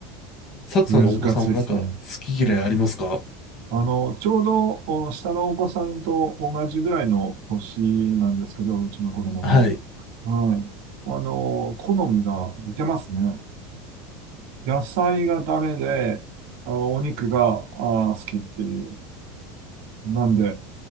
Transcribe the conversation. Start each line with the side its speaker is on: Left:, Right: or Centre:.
Left: サクさんのお子さんはなんか好き嫌いありますか
Right: 難しいですね。うん。あの、ちょうど、お下のお子さんと同じぐらいの年なんですけど、うちの子供も。
Left: はい、
Right: はい。あの、好みが似てますね。野菜がダメで、あお肉が、あ好きっていう。なんで、